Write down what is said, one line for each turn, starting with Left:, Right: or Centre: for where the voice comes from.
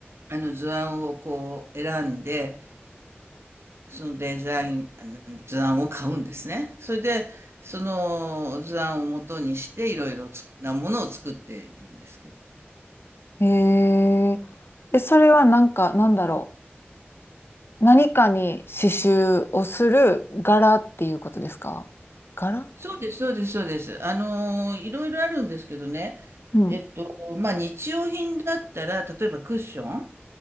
Right: あの図案をこう選んで、そのデザイン、あの図案を買うんですね。それで、その図案を元にしていろいろつなものを作っているんですけど。
Left: えー。え、それはなんか、なんだろう。何かに刺繍をする柄っていうことですか柄
Right: そうです、そうです、そうです。あのー、いろいろあるんですけどね。
Left: うん。
Right: えっと、まあ、日用品だったら、例えばクッション